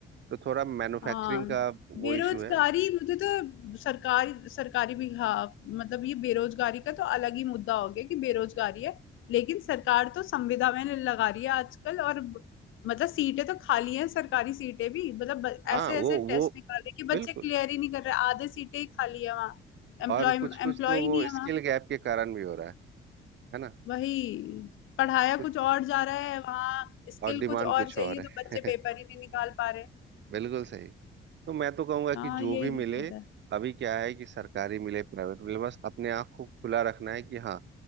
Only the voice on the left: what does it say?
हाँ
बेरोजगारी
मुझे तो सरकारी सरकारी भी हाँ मतलब ये बेरोजगारी का तो अलग ही मुद्दा हो गया कि बेरोजगारी है लेकिन सरकार तो संविदा में लगा रही है आजकल और ब- मतलब सीटें तो खाली हैं सरकारी सीटें भी मतलब ब-
ऐसे
ऐसे टेस्ट
निकाल रहे हैं कि
बच्चे क्लियर ही नहीं कर रहे आधे सीटें ही खाली है वहाँ एम्प्लॉय
एम्प्लॉय
ही
नहीं है
वहाँ
वही पढ़ाया
कुछ और जा रहा है वहाँ स्किल
कुछ और
चाहिए
तो बच्चे
पेपर ही नहीं निकाल पा रहे
हाँ
यही
दिक्कत है